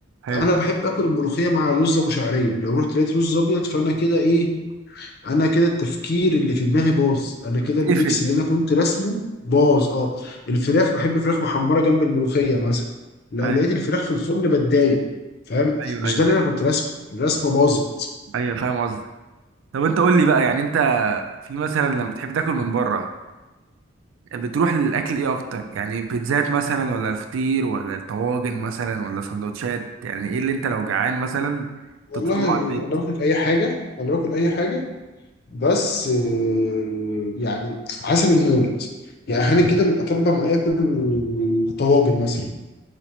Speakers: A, on the right (about 70°); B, on the left (about 50°).
A: حلو
B: انا بحب اكل الملوخيه مع الرز ابو شعريه لو رحت لقيت رز ابيض فانا كده ايه انا كده التفكير اللي في دماغي باظ انا كده
A: تقفل
B: الميكس اللي انا كنت راسمه باظ اه الفراخ بحب فراخ محمره جنب الملوخيه مثلا لو
A: ايوه
B: لقيت الفراخ في الفرن بتضايق فاهم
A: ايوه
B: مش
A: ايوه
B: ده اللي
A: ايوه
B: انا كنت راسمه الرسمه باظت
A: ايوه فاهم قصدك طب انت قول لي بقى يعني انت في مثلا لما بتحب تاكل من بره بتروح للاكل ايه اكتر يعني بيتزات مثلا ولا الفطير ولا الطواجن مثلا ولا سندوتشات يعني ايه اللي انت لو جعان مثلا
B: والله
A: تطلبه على البيت
B: انا باكل اي حاجه انا باكل اي حاجه بس آه، يعني حسب المود يعني احيانا كده بيبقى طالبه معايا اكل طواجن مثلا